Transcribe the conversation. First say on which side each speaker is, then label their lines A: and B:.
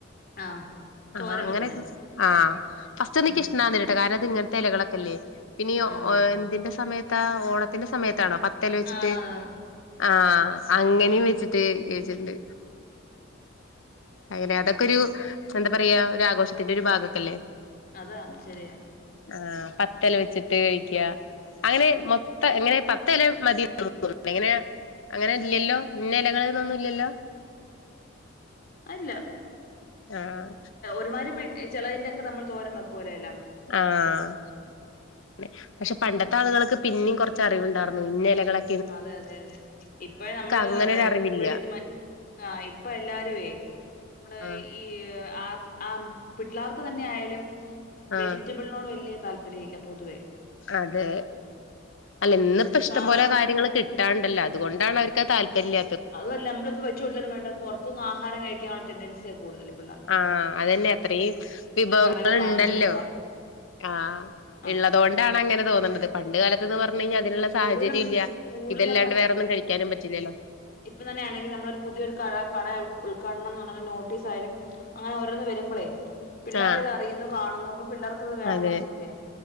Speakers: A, on the left; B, on the left.
A: ആഹ്
B: ആഹ്
A: തോരൻ
B: അങ്ങനെക്കെ
A: വെക്കുന്നേ
B: വെച്ച് ആഹ് ഫസ്റ്റ്ഒന്നുഇക്ക്
A: ഉം
B: ഇഷ്ടണ്ടാർന്നില്ല ട്ടോ കാരണം ഇത് ഇങ്ങൻത്തെ എലകളൊക്കെല്ലേ പിന്നെ ഈ ഒ
A: ആന്നാന്ന്
B: എഹ് എന്തിന്റെ സമയത്താ ഓണത്തിന്റെ സമയത്താണോ പ ത്തെല വെച്ച്ട്ട്
A: ആന്നാന്ന്
B: ആഹ് അങ്ങനെയും വെച്ച്ട്ട് കെഴ്ച്ച്ട്ട്ണ്ട് അങ്ങനെ അതൊക്കൊരു എന്താ പറയാ ഒരു ആഘോഷത്തിന്റെ ഒരു ഭാഗൊക്കല്ലേ
A: അതാണ് ശെരിയാ
B: ആഹ് പത്തെല വെച്ചിട്ട് കഴിക്ക്യാ അങ്ങനെ മൊത്ത എങ്ങനെ പത്തെല മതി <unintelligible> എങ്ങനേ അങ്ങനെ ഇല്ല്യല്ലോ ഇന്ന എലകള് ന്നൊന്നും ഇല്ല്യല്ലോ
A: അഹ് ഇല്ല
B: ആഹ്
A: ഒരുമാരി പെട്ട് ചെലതിന്റെ ഒക്കെ നമ്മൾ തോരം വെക്കോലോ എല
B: ആഹ് ന്നെ പക്ഷെ പണ്ടത്തെ ആള്കള്ക്ക് പിന്നിം കൊർച്ച് അറിവ് ഇണ്ടാർന്നു ഇന്ന എലകളൊ
A: അതെ അതെ അതെ ഇപ്പെ നമ്മള്
B: അങ്ങനെ ഒരു അറിവില്ല
A: ഫുള്ള് ഇത് മറ്റേ ആഹ് ഇപ്പൊ എല്ലാരുമവേ നമ്മള്
B: ആ
A: ഈ ഈ ആം ആം പിള്ളേർക്ക് തന്നെ ആയാലും
B: ആ
A: വെജിറ്റബ ങ്ങളോട് വല്യ താല്പര്യ ഇല്ല പൊതുവേ
B: അതെ അല്ല ഇന്നിപ്പോ ഇഷ്ടം
A: സാധാ
B: പോലെ കാര്യങ്ങൾ കിട്ട കിട്ടാണ്ടല്ലോ അതുകൊണ്ടാണ് അവർക്ക് താല്പര്യല്ല
A: അതുമല്ല നമ്മളിപ്പോ വെച്ച കൊടുത്താലും വേണ്ട പുറത്തൊന്നന്ന് ആഹാരം കഴിക്കാനുള്ള ടെന്റൻസിയാ കൂടുതൽ പിള്ളേ
B: ആഹ് അതന്നെ അത്രീം വിഭവങ്ങൾ
A: കടേന്ന് വാങ്ങിച്ചോണ്ട്
B: ഇണ്ടല്ലോ
A: വാ
B: ആഹ്
A: ആഹ്
B: ഉള്ളതൊണ്ടാണ് അങ്ങനെ തോന്നണത് പണ്ട് കാലത്ത്ന്ന് പറഞ്ഞു കഴിഞ്ഞാൽ അതിനുള്ള
A: കൂടുതലും
B: സാഹചര്യം ഇല്ല
A: കൂടുതൽ
B: ഇതല്ലാണ്ട് വേറെൊന്നും കഴിക്കാനും പറ്റില്ലല്ലോ
A: ഇപ്പം തന്നെയാണെങ്കിൽ നമ്മളൊ ഒരു പുതിയൊരു കട കട ഉദ്ഘാടനം എന്ന് പറഞ്ഞ നോട്ടീസ് ആയാലും അങ്ങനെ ഓരോന്ന് വരുമ്പോളേ പിള്ളേർ
B: ആ
A: ഇത് അറിയുന്നു കാണുന്നു അപ്പം പിള്ളേർക്ക് ഇത് വേണം
B: അതെ
A: എന്നുള്ള ചിന്തയാ